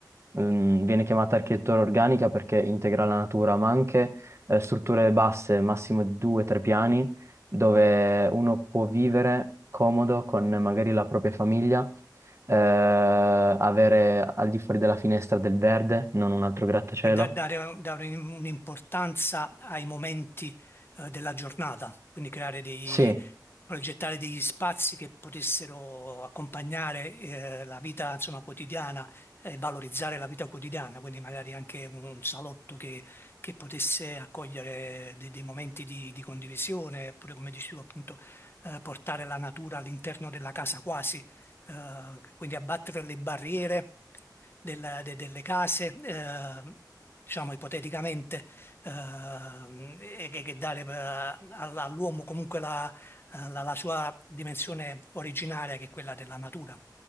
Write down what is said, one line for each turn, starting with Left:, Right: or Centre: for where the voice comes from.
Right: ehm, viene chiamata architettura organica perché integra la natura, ma anche eh, strutture basse, massimo di due o tre piani dove uno può vivere comodo con magari la propria famiglia, eh, avere al di fuori della finestra del verde, non un altro grattacielo.
Left: per da- dare, dare un'importanza ai momenti eh, della giornata, quindi creare dei,
Right: Sì,
Left: progettare degli spazi che potessero accompagnare eh, la vita, insomma, quotidiana eh, e valorizzare la vita quotidiana, quindi magari anche un, un salotto che, che potesse accogliere de- dei, momenti di, di condivisione, oppure come dici tu appunto eh, portare la natura all'interno della casa quasi, eh, quindi abbattere le barriere del- de- delle case, eh, diciamo ipoteticamente, ehm, e che, che dare eh, all- all'uomo comunque la, eh, la- la sua dimensione originaria, che è quella della natura,